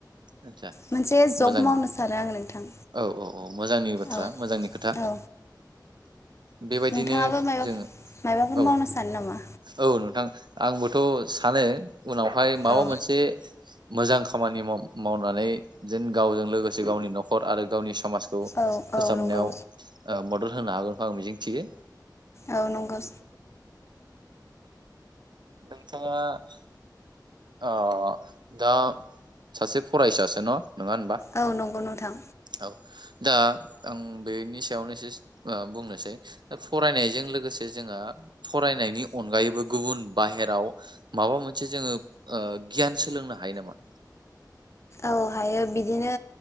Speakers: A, on the right; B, on the left.
A: आदसा
B: मोनसे जब
A: मोजां
B: मावनो सानो आङो नोंथां
A: औ औ औ मोजांनि बाथ्रा
B: औ
A: मोजांनि खोथा
B: औ
A: बेबायदिनो
B: नोंथाङाबो मायबा
A: जोङो
B: मायबाफोर
A: औ
B: मावनो सानो नामा
A: औ नोंथां आंबोथ' सानो उनावहाय माबा
B: औ
A: मोनसे मोजां खामानि माव मावनानै जेन गावजों लोगोसे गावनि न'खर आरो गावनि समाजखौ
B: औ
A: फोसाबनायाव
B: औ नंगौ
A: मदद होनो हागोनखौ आं मिजिं थियो
B: औ नंगौ
A: नोंथाङा दा सासे फरायसा न' नङा होनबा
B: औ नंगौ नोंथां
A: औ दा आं बेनि सायावनो एससे बुंनोसै फरायनायजों लोगोसे जोंहा फरायनायनि अनगायैबो गुबुन बाहेराव माबा मोनसे जोङो गियान सोलोंनो हायो नामा
B: औ हायो बिदिनो